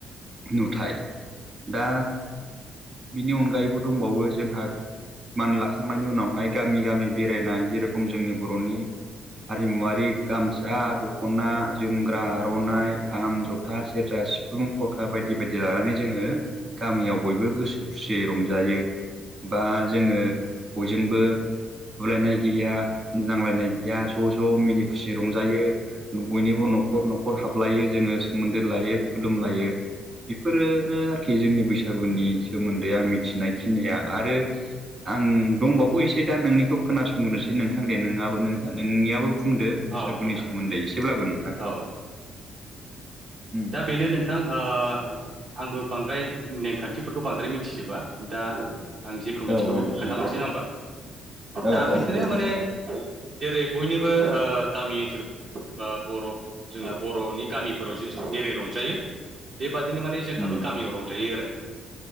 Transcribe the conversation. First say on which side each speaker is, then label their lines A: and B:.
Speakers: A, on the right (about 45°); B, on the right (about 65°).
A: नुथाय दा बिनि अनगायैबो दंबावो जोंहा मान लाखांनायनि उनावहाय गामि गामि बेरायनाय जेरखम जोंनि बर'नि हारिमुवारि गामसा दख'ना जोमग्रा आर'नाइ खाम जथा सेरजा सिफुं सिफुं खफरखा बायदि बायदि लानानै जोङो गामियाव बयबो गोसो खुसियै रंजायो बा जोङो बयजोंबो बुलायनाय गैया नांलायनाय गैया ज'-ज' मिनि खुसि रंजायो बयनिबो न'खर न'खर हाबलायो जोङो सोमोन्दो लायो खुलुमलायो बेफोरो नो आरोखि जोंनि बैसागुनि सोमोन्दै आं मिथिनाय खिनिया आरो आं दंबावो एसे दा नोंनिखौ खोनासंग्रोनोसै नोंथां दे नोंआबो नोंहा नोंनियाबो बुंदो बैसागुनि
B: औ नोंथां
A: सोमोन्दै एसेब्लाबो नोंथां
B: औ
A: उम
B: दा बेनो नोंथां आ आंबो बांद्राय नेमखान्थिफोरखौ बांद्राय मिथिजोबा दा आं जेखौ कमिटिखौ
A: औ औ
B: बेखौ
A: नोंथां
B: खोन्थालांसै ना होमबा दा
A: औ
B: बिदिनो
A: औ दे दे
B: माने। जेरै बयनिबो ओ गामि ओनसोल ओ बर'। जोंना बर'नि गामिफोराव जे। जेरै रंजायो बेबादिनो माने जोंहाबो
A: उम
B: गामियाव रंजायो आरो।